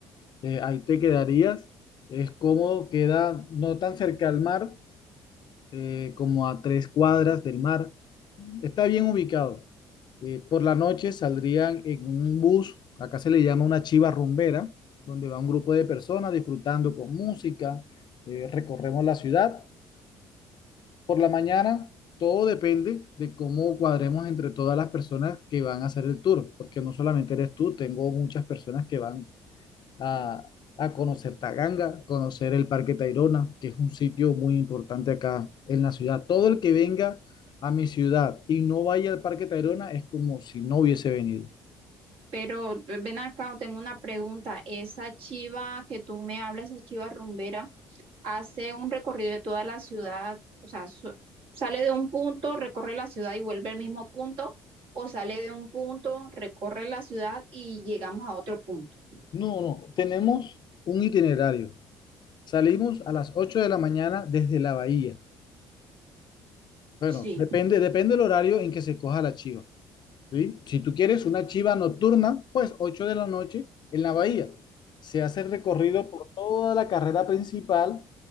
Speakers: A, on the left; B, on the right.
A: eh, ahí te quedarías, es cómodo, queda no tan cerca al mar eh, como a tres cuadras del mar. Está bien ubicado. Eh, por la noche saldrían en un bus, acá se le llama una chiva rumbera, donde va un grupo de personas disfrutando con música, eh, recorremos la ciudad. Por la mañana, todo depende de cómo cuadremos entre todas las personas que van a hacer el tour, porque no solamente eres tú, tengo muchas personas que van a, a conocer Taganga, conocer el Parque Tayrona, que es un sitio muy importante acá en la ciudad. Todo el que venga a mi ciudad y no vaya al Parque Tayrona es como si no hubiese venido.
B: Pero ven acá, tengo una pregunta. Esa chiva que tú me hablas, esa chiva rumbera, hace un recorrido de toda la ciudad, o sea, su- sale de un punto, recorre la ciudad y vuelve al mismo punto, o sale de un punto, recorre la ciudad y llegamos a otro punto.
A: No, no, tenemos un itinerario. Salimos a las 8 de la mañana desde la bahía. Bueno,
B: Sí.
A: depende, depende del horario en que se coja la chiva, ¿sí? Si tú quieres una chiva nocturna, pues 8 de la noche en la bahía. Se hace el recorrido por toda la carrera principal